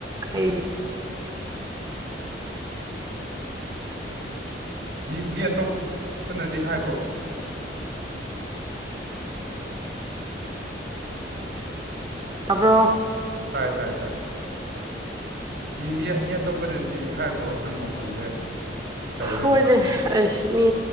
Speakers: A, on the right (about 25°); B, on the right (about 75°).
A: ꯑꯩ
B: ꯃꯤ ꯃꯤ ꯑꯇꯣꯞ ꯄꯅꯗꯤ ꯍꯥꯏꯕ꯭ꯔꯣ <unintelligible>
A: ꯇꯥꯔꯕꯣ
B: ꯇꯥꯌꯦ ꯇꯥꯌꯦ ꯇꯥꯏ ꯃꯤ ꯃꯤ ꯑꯇꯣꯞꯄꯅꯗꯤ ꯍꯥꯏꯕ꯭ꯔꯣ ꯅꯪ ꯃꯈꯣꯟꯁꯦ ꯆꯧꯋꯦ ꯍꯥꯏꯅ
A: ꯍꯣꯏꯅꯦ ꯑꯩꯁ ꯃꯤ